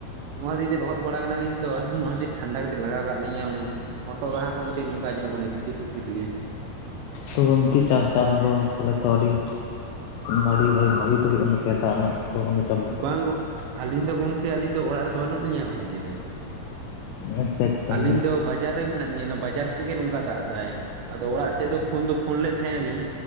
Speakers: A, on the right; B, on the left.
A: ᱱᱚᱣᱟ ᱫᱤᱭᱮ ᱛᱮ ᱞᱚᱦᱚᱫ ᱵᱟᱲᱟ ᱠᱟᱱᱟᱞᱤᱧ ᱛᱚ ᱱᱚᱣᱟ ᱠᱷᱟᱹᱛᱤᱨ ᱴᱷᱟᱱᱰᱟ ᱠᱟᱹᱴᱤᱡ ᱞᱟᱜᱟᱣ ᱠᱟᱜ ᱞᱤᱧᱟᱹ ᱢᱟᱱᱮ᱾ ᱦᱚᱴᱚᱜ ᱨᱟᱦᱟ ᱠᱚ ᱠᱟᱴᱤᱡ ᱱᱚᱝᱠᱟ ᱟᱸᱡᱚᱢᱚᱜ ᱠᱟᱱᱟ ᱵᱷᱤᱛᱤᱨ ᱵᱷᱤᱛᱤᱨ ᱨᱮᱜᱮ᱾
B: ᱛᱚ ᱜᱚᱢᱠᱮ ᱪᱟᱥ ᱪᱟᱥ ᱫᱚ ᱛᱟᱦᱚᱞᱮ ᱛᱚ ᱟᱹᱰᱤ ᱵᱷᱟᱲᱤ ᱵᱷᱟᱜ ᱵᱷᱟᱜᱤ ᱛᱮ ᱦᱩᱭᱩᱜ ᱠᱟᱱᱟ ᱛᱟᱯᱮᱭᱟ ᱫᱟᱜ ᱱᱟᱜ ᱛᱚ‌ ᱠᱚ ᱱᱤᱛ
A: ᱵᱟᱝ ᱜᱚᱜ ᱟᱹᱞᱤᱧ ᱫᱚ ᱜᱚᱢᱠᱮ ᱟᱹᱞᱤᱧ ᱫᱚ ᱚᱲᱟᱜ ᱨᱮᱫᱚ ᱵᱟᱹᱱᱩᱜ ᱞᱤᱧᱟᱹ ᱜᱚᱝᱠᱮ᱾
B: ᱟᱪᱪᱷᱟ ᱟᱪᱪᱷᱟ᱾ ᱚ
A: ᱟᱹᱞᱤᱧ ᱫᱚ ᱵᱟᱡᱟᱨ ᱨᱮ ᱢᱮᱱᱟᱜ ᱞᱤᱧᱟᱹ ᱚᱱᱟ ᱵᱟᱡᱟᱨ ᱥᱮᱫ ᱜᱮ ᱱᱚᱝᱠᱟ ᱫᱟᱜ ᱮᱟᱭ ᱟᱫᱚ ᱚᱲᱟᱜ ᱥᱮᱫ ᱫᱚ ᱯᱷᱳᱱ ᱫᱚ ᱯᱷᱳᱱ ᱞᱮᱫ ᱛᱟᱦᱮᱸ ᱟᱞᱤᱧ᱾